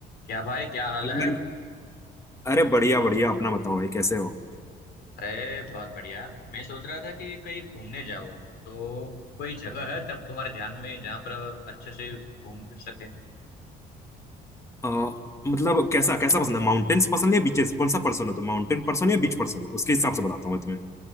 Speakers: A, on the left; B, on the left.
A: क्या भाई क्या हाल
B: Hello
A: है
B: भाई अरे बढ़िया बढ़िया अपना बताओ भाई कैसे हो
A: अरे बहुत बढ़िया मैं सोच रहा था कि कहीं घूमने जाओ तो कोई जगह है तब तुम्हारे ध्यान में जहाँ पर अच्छे से घूम फिर सके
B: अ, मतलब कैसा कैसा पसंद है माउंटेन्स पसंद है या बीचेस कौन सा पर्सन हो तो माउंटेन पर्सन या बीच पर्सन हो उसके हिसाब से बताता हूँ मैं तुम्हें